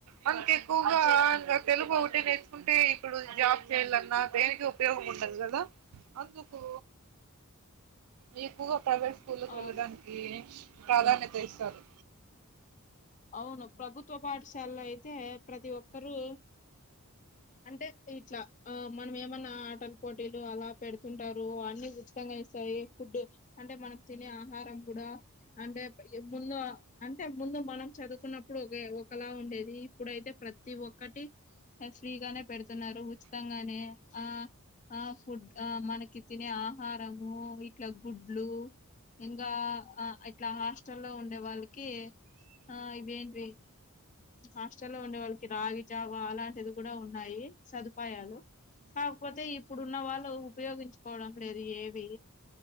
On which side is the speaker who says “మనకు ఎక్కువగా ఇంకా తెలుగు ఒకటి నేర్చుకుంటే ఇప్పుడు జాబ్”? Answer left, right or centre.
Right